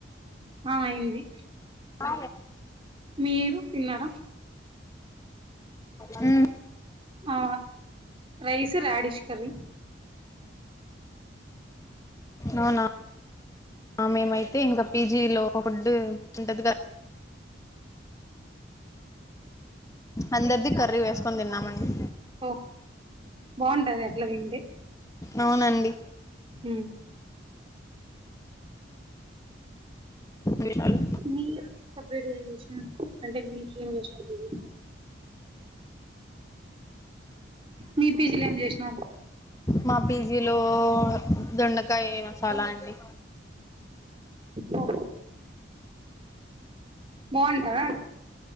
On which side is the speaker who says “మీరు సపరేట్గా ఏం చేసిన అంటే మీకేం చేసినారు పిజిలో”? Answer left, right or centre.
Right